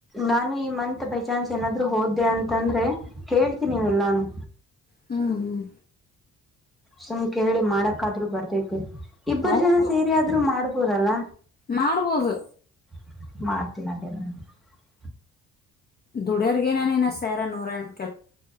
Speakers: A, in the centre; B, on the left (about 30°).
A: ನಾನು ಈ ಮಂತ್ ಬೈ ಚಾನ್ಸ್ ಏನಾದ್ರು ಹೋದ್ದೆ ಅಂತಂದ್ರೆ ಕೇಳ್ತೀನಿವೆಲ್ಲಾನು
B: ಹ್ಮ್ ಹ್ಮ್
A: ಸುಮ್ ಕೇಳಿ ಮಾಡಕ್ಕಾದ್ರು ಬರ್ದೈತೆ ಇಬ್ಬರು
B: ಹೌದು
A: ಜನ ಸೇರಿ ಅದ್ರು ಮಾಡ್ಬೋದಲ್ಲ
B: ಮಾಡ್ಬೋದು
A: <unintelligible>
B: ದುಡ್ಯೋರ್ಗ <unintelligible> ನೂರ <unintelligible>